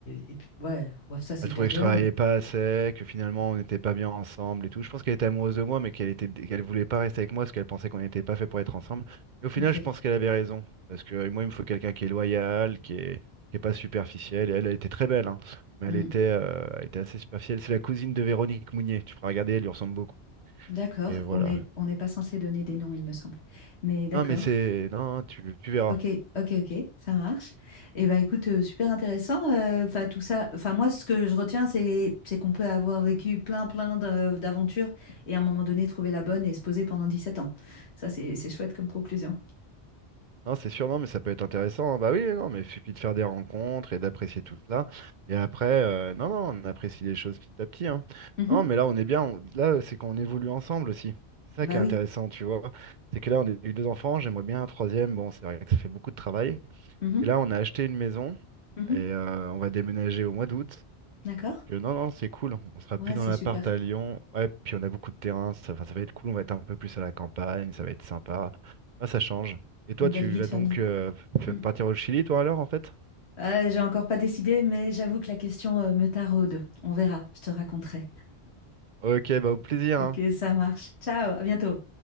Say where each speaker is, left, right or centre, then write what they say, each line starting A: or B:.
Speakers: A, on the left; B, on the right.
A: et puis, ouais, ouais, ça c'est
B: Elle
A: hyper
B: trouvait que
A: violent.
B: je travaillais pas assez, que finalement on n'était pas bien ensemble et tout. Je pense qu'elle était amoureuse de moi, mais qu'elle était, qu'elle voulait pas rester avec moi parce qu'elle pensait qu'on n'était pas fait pour être ensemble. Et au final,
A: Ok.
B: je pense qu'elle avait raison, parce que euh, moi, il me faut quelqu'un qui est loyal, qui est, qui est pas superficiel. Et elle, elle était très belle, hein, mais
A: Hmm.
B: elle était, euh, elle était assez superficielle. C'est la cousine de Véronique Mounier. Tu feras regarder, elle lui ressemble beaucoup.
A: D'accord.
B: Et voilà.
A: On est, on n'est pas censé donner des noms, il me semble. Mais d'accord.
B: Non, mais c'est, non, tu, tu verras.
A: Ok, ok, ok, ça marche. Et bah écoute, euh, super intéressant. euh, Enfin tout ça. Enfin moi, ce que je retiens, c'est c'est qu'on peut avoir vécu plein, plein de- d'aventures et à un moment donné trouver la bonne et se poser pendant 17 ans. Ça, c'est c'est chouette comme conclusion.
B: Non, c'est sûr, non, mais ça peut être intéressant. hein. Bah oui, oui, non, mais il suffit de faire des rencontres et d'apprécier tout cela. Et après, euh, non, non, on apprécie les choses petit à petit, hein.
A: Mhm.
B: Non, mais là, on est bien. on- Là, c'est qu'on évolue ensemble aussi. C'est
A: Bah
B: ça qui est
A: oui.
B: intéressant, tu vois. C'est que là, on a eu deux enfants, j'aimerais bien un troisième. Bon, c'est vrai que ça fait beaucoup de travail.
A: Mhm,
B: Et là, on a acheté une maison
A: mhm.
B: et euh, on va déménager au mois d'août.
A: D'accord.
B: Que non, non, c'est cool. On sera
A: Ouais,
B: plus dans
A: c'est
B: l'appart
A: super.
B: à Lyon. Ouais, puis on a beaucoup de terrain. Ça, enfin, ça va être cool. On va être un peu plus à la campagne. Ça va être sympa. Ah, ça change. Et toi,
A: Une belle
B: tu
A: vie
B: vas
A: de famille.
B: donc euh, tu
A: Mm.
B: vas partir au Chili, toi, alors, en fait?
A: Euh, j'ai encore pas décidé, mais j'avoue que la question euh, me taraude. On verra. Je te raconterai.
B: Ok, bah, au plaisir,
A: Ok,
B: hein.
A: ça marche. Ciao, à bientôt.